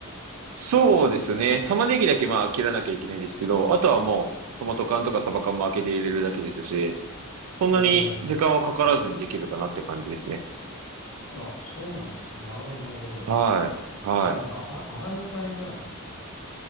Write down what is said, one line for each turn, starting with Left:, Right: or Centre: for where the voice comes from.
Right: そうですね。玉ねぎだけまあ切らなきゃいけないんですけど、あとはもう、トマト缶とかサバ缶も開けて入れるだけですし、そんなに時間はかからずにできるかなって感じですね。
Left: おー。あ、そうなんですね。なるほど、なるほど。
Right: はい。はい。
Left: あでもなんか洗い、洗い物大変じゃないですか。